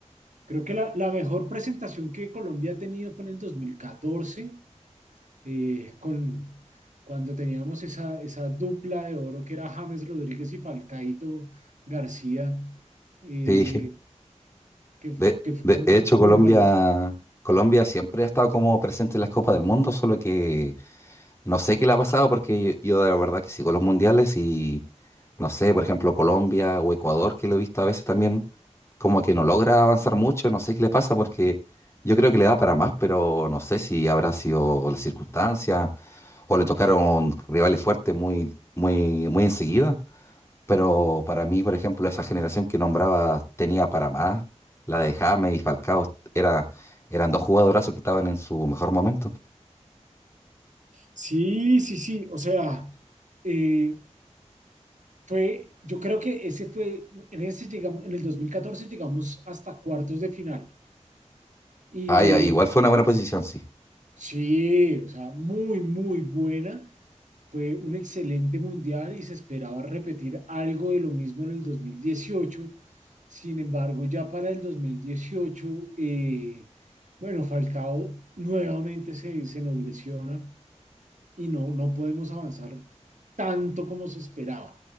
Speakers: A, on the right; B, on the left.
A: Creo que la, la mejor presentación que Colombia ha tenido fue en el 2014, eh, con, cuando teníamos esa, esa dupla de oro que era James Rodríguez y Falcaito García, eh,
B: Sí, <laughs>
A: que,
B: de,
A: que fueron
B: de hecho
A: muy
B: Colombia,
A: buenos.
B: Colombia siempre ha estado como presente en las Copas del Mundo, solo que no sé qué le ha pasado porque yo, yo de la verdad que sigo los mundiales y no sé, por ejemplo, Colombia o Ecuador, que lo he visto a veces también, como que no logra avanzar mucho, no sé qué le pasa porque yo creo que le da para más, pero no sé si habrá sido la circunstancia o le tocaron rivales fuertes muy, muy, muy enseguida. Pero para mí, por ejemplo, esa generación que nombraba tenía para más. La de James y Falcao era, eran dos jugadorazos que estaban en su mejor momento.
A: Sí, sí, sí, o sea... eh, Fue, yo creo que ese fue, en ese llegamos, en el 2014 llegamos hasta cuartos de final. Y
B: Ah, ya, igual fue una buena posición, sí.
A: sí, o sea, muy, muy buena. Fue un excelente mundial y se esperaba repetir algo de lo mismo en el dos mil dieciocho Sin embargo, ya para el 2018, eh, bueno, Falcao nuevamente se, se nos lesiona y no, no podemos avanzar tanto como se esperaba.